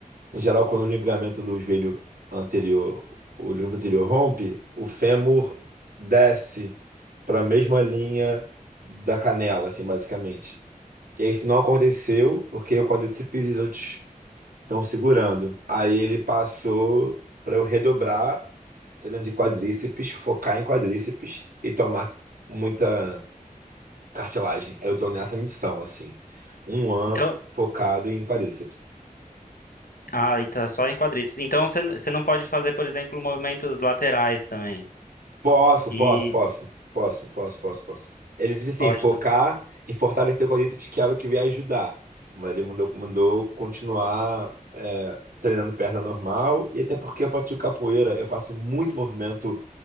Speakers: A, on the right; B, on the left.
A: Em geral, quando o ligamento do joelho anterior, o ligamento anterior rompe, o fêmur desce para a mesma linha da canela, assim, basicamente. E aí isso não aconteceu porque o quadríceps e os outros estão segurando. Aí ele passou para eu redobrar, treino de quadríceps, focar em quadríceps e tomar muita cartilagem. Eu tô nessa missão, assim. Um ano
B: Então,
A: focado em quadríceps.
B: ah, então é só em quadríceps. Então você n- você não pode fazer, por exemplo, movimentos laterais também.
A: Posso,
B: E
A: posso, posso, posso, posso, posso, posso. Ele disse assim,
B: pode
A: focar
B: também.
A: em fortalecer quadríceps, que era o que eu ia ajudar. Mas ele mandou, mandou continuar é, treinando perna normal, e até porque eu pratico capoeira, eu faço muito movimento